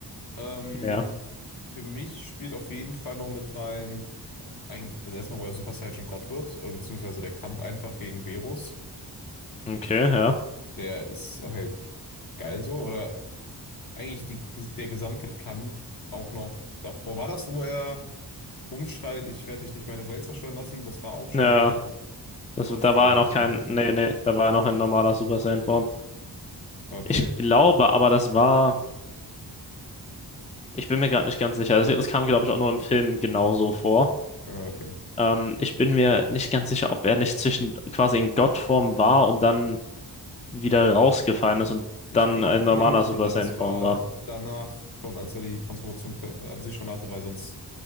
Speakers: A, on the left (about 55°); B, on the left (about 15°).
A: Ähm,
B: Ja.
A: für mich spielt auf jeden Fall noch mit rein, ok, eigentlich das erste Mal, wo er Super Saiyan Gott wird, oder beziehungsweise der Kampf einfach gegen Berus.
B: Okay, ja.
A: Der ist halt geil so, oder eigentlich die, der gesamte Kampf auch noch davor. War das, wo er rumschreit, ich werde dich nicht meine Welt zerstören lassen? Das war auch schon,
B: Ja,
A: wo er
B: das,
A: Gottform
B: da war er
A: hatte,
B: noch kein,
A: oder?
B: nee, nee, da war er noch in normaler Super Saiyan-Form.
A: Okay,
B: Ich glaube aber, das war, ich bin mir gerade nicht ganz sicher. Es, es kam, glaube ich, auch nur im Film genauso vor.
A: ah, okay.
B: Ähm, ich bin mir nicht ganz sicher, ob er nicht zwischen quasi in Gottform war und dann wieder rausgefallen ist und
A: Ich
B: dann
A: glaube
B: in normaler
A: nämlich,
B: Super
A: ja,
B: Saiyan-Form
A: das war
B: war.
A: danach schon, als er die Transformation per- an sich schon hatte, weil sonst